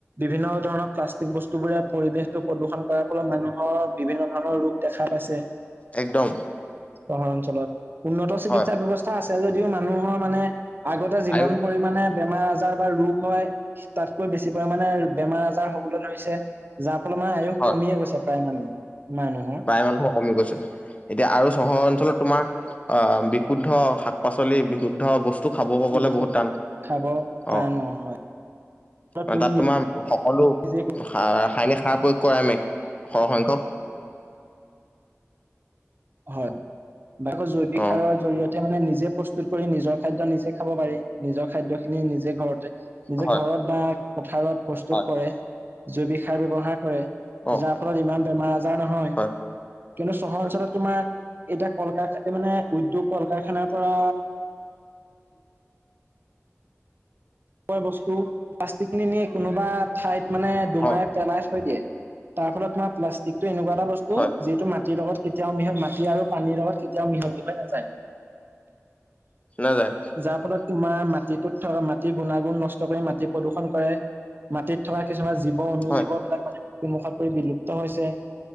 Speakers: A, on the right (about 45°); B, on the left (about 25°).
A: বিভিন্ন ধৰণৰ প্লাষ্টিক বস্তু বোৰে পৰিৱেশটো প্ৰদূষণ কৰাৰ ফলত মানুহৰ বিভিন্ন ধৰণৰ ৰোগ দেখা পাইছে।
B: একদম।
A: চহৰ অঞ্চলত উন্নত চিকিৎসা
B: হয়
A: ব্য্ৱস্থা আছে যদিও মানুহৰ মানে আগতে যিমান
B: আয়ুস
A: পৰিমাণে বেমাৰ আজাৰ বা ৰোগ হয় তাতকৈ বেছি পৰিমাণে বেমাৰ আজাৰ হবলৈ ধৰিছে যাৰ যাৰ ফলত মানে আয়ুস
B: হয়
A: কমিয়ে গৈছে প্ৰায় মান-মানুহৰ।
B: প্ৰায় মানুহৰ কমি গৈছে। এতিয়া আৰু চহৰ অঞ্চলত তোমাৰ অ, বিশুদ্ধ শাক পাচলি বিশুদ্ধ বস্তু খাব
A: হয়
B: পাবলে
A: বিষয়
B: বহুত টান,
A: খাব টান
B: অ,
A: হয়
B: অ,
A: তুমি
B: তাত তোমাৰ সকলো
A: নিজে
B: ৰাসায়নিক সাৰ প্ৰয়োগ কৰায়ে মে সৰহ সংখ্যক।
A: হয, বা আকৌ জৈৱিক
B: অ
A: সাৰৰ জৰিয়তে মানে নিজে প্ৰস্তু প্ৰস্তুত কৰি নিজৰ খাদ্য নিজে খাব পাৰি নিজৰ খাদ্য খিনি নিজে ঘৰতে। নিজে
B: হয়
A: ঘৰত বা পথাৰত প্ৰস্তুত
B: হয়
A: কৰে জৈৱিক সাৰ ব্যৱহাৰ কৰে।
B: অ
A: যাৰ ফলত ইমান বেমাৰ আজাৰ নহয়
B: হয়
A: কিন্তু চহৰ অঞ্চলত তোমাৰ এতিয়া কল কাৰা মানে উদ্যোগ কল কাৰখানাৰ পৰা <unintelligible> বস্তু প্লাষ্টিক খিনি নি কোনোবা ঠাইত মানে দুুমাই
B: অ
A: পেলাই থৈ দিয়ে, তাৰ ফলত তোমাৰ প্লাষ্টিকটো এনেকুৱা এটা বস্তু
B: হয়
A: যিটো মাটিৰ লগত কেতিয়াও মিহল মাটি আৰু পানীৰ লগত কেতিয়াও মিহলি হৈ নাযায়।
B: <unintelligible>
A: যাৰ ফলত তোমাৰ মাটিটোত থকা মাটিৰ গুণাগুণ নষ্ট কৰি মাটি প্ৰদূষন কৰ, মাটিত থকা কিছুমান জীৱ অনু
B: হয়
A: জীৱবিলাক মানে মৃত্যুমুখত পৰি বিলুপ্ত হৈছে।